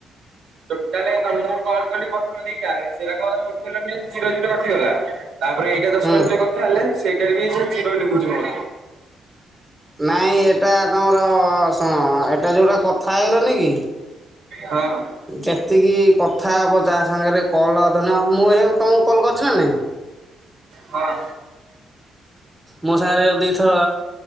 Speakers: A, on the right (about 75°); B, in the centre.
A: ଟୋଟାଲ ତମକୁ କଲ କଲି ପ୍ରଥମ ଦିଟା ସେରାକ ତମେ ଉଠେଇଲନି ଜିରୋ ଜିରୋ ଉଠିଗଲା। ତାପରେ ଏଇଟା ଦଶ
B: ହୁଁ।
A: ମିନିଟ କଥା ହେଲେ ସେଇଟା ବି ସେଇ ଜିରୋ ଲେଖୁଛି ମୋର।
B: ନାଇଁ ଏଇଟା ତମର ଶୁଣ ଏଇଟା ଜୋଉଟା କଥା ହେଇଗଲନି କି।
A: ହଁ।
B: ଯେତିକି କଥା ହବ ଯା ସାଙ୍ଗରେ କଲ୍ ଧରି ନିଅ ମୁଁ ଏହିଅ ତମକୁ କଲ୍ କରିଛି ନା ନାଇଁ।
A: ହଁ।
B: ମୋ ସାଙ୍ଗରେ ଦି ଇଥର